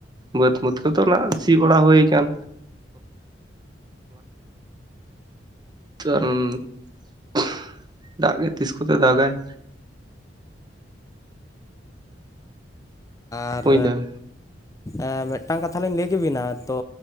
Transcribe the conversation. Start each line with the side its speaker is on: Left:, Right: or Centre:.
Right: ᱵᱟᱹᱫᱽ ᱢᱟᱹᱫᱽ ᱠᱚᱫᱚ ᱱᱟᱜ ᱥᱤ ᱵᱟᱲᱟ ᱦᱩᱭ ᱠᱟᱱ <unintelligible> ᱫᱟᱜ ᱜᱮ ᱛᱤᱥ ᱠᱚᱛᱮ ᱫᱟᱜ ᱟᱭ
Left: ᱟᱨ
Right: ᱵᱩᱡ ᱫᱟᱢ
Left: ᱮᱸ ᱢᱤᱫᱴᱟᱝ ᱠᱟᱛᱷᱟ ᱞᱤᱧ ᱞᱟᱹᱭ ᱠᱮᱵᱤᱱᱟ ᱛᱚ